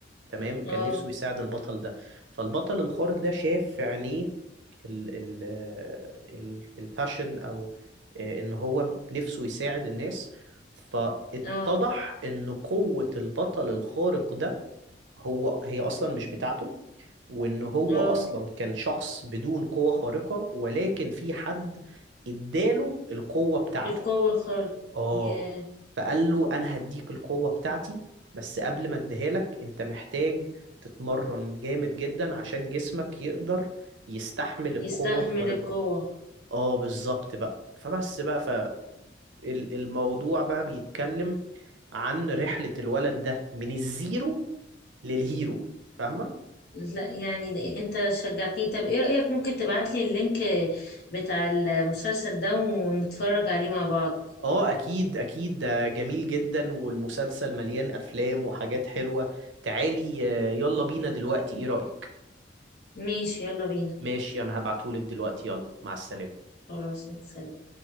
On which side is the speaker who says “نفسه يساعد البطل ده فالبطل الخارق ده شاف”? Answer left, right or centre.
Right